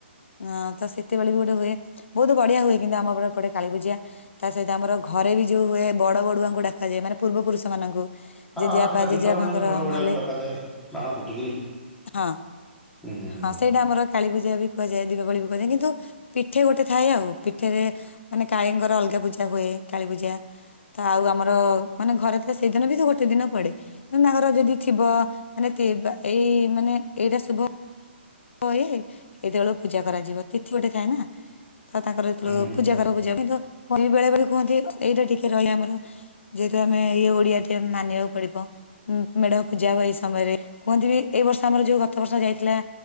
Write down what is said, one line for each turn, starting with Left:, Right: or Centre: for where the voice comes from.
Left: ହଁ ତ ସେତେବେଳେ ବି ଗୋଟେ ହୁଏ ବହୁତ ବଢିଆ ହୁଏ କିନ୍ତୁ ଆମର ସେପଟେ କାଳୀ ପୂଜା ତା ସହିତ ଆମର ଘରେ ବି ଯୋଉ ହୁଏ ବଡ ବଡୁଆଙ୍କୁ ଡାକାଯାଏ ମାନେ ପୂର୍ବ ପୁରୁଷ ମାନଙ୍କୁ।
Centre: ହଁ
Left: ଜେଜେବାପା
Centre: ହଁ ସେଟା ଦୀପାବଳିରେ
Left: ଜେଜେବାପାଙ୍କର
Centre: ବଡ ବଡୁଆକୁ
Left: ନହେଲେ
Centre: ଡକାଯାଏ ବାଣ ଫୁଟିକିରି।
Left: ହଁ
Centre: ହୁଁ ହୁଁ
Left: ହଁ ସେଇଟା ଆମର କାଳୀ ପୂଜା ବି କୁହାଯାଏ ଦୀପାବଳି ବି କୁହାଯାଏ କିନ୍ତୁ ପିଠେ ଗୋଟେ ଥାଏ ଆଉ ପିଠେରେ ମାନେ କାଳିଙ୍କର ଅଲଗା ପୂଜା ହୁଏ କାଳୀ ପୂଜା ତ ଆଉ ଆମର ମାନେ ଘରେ ସେଇଦିନ ବି ସେ ଗୋଟେ ଦିନ ପଡେ ତାଙ୍କର ଯଦି ଥିବ ମାନେ ଏଇ ମାନେ ଏଇଟା ଶୁଭ ପ ଇଏ ଏଇତେବେଳୁ ପୂଜା କରାଯିବ ତିଥି ଗୋଟେ ଥାଏ ନା। ତ ତାଙ୍କର ଯେତେଳୁ
Centre: ହୁଁ ହୁଁ
Left: ପୂଜା କରୁ ପୂଜା କିନ୍ତୁ କଲି ବେଳା ବେଳି କୁହନ୍ତି ଏଇଟା ଟିକେ ରହେ ଆମର ଯେହେତୁ ଆମେ ଇଏ ଓଡିଆ ଟିଏ ମାନିବାକୁ ପଡିବ। ଉଁ ମେଢ ପୂଜା ହୁଏ ଏଇ ସମୟରେ କୁହନ୍ତି ବି ଏଇ ବର୍ଷ ଆମର ଯୋଉ ଗତ ବର୍ଷ ଯାଇଥିଲା